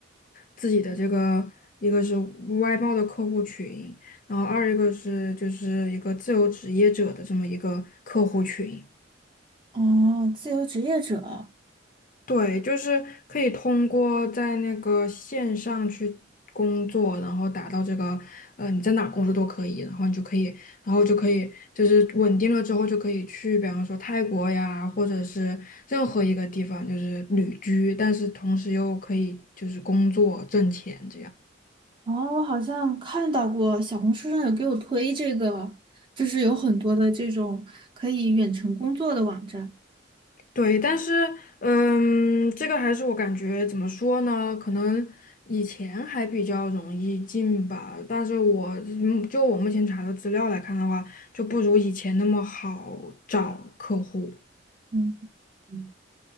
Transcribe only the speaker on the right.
哦，自由职业者。
哦，我好像看到过小红书上有给我推这个，就是有很多的这种可以远程工作的网站。
嗯嗯，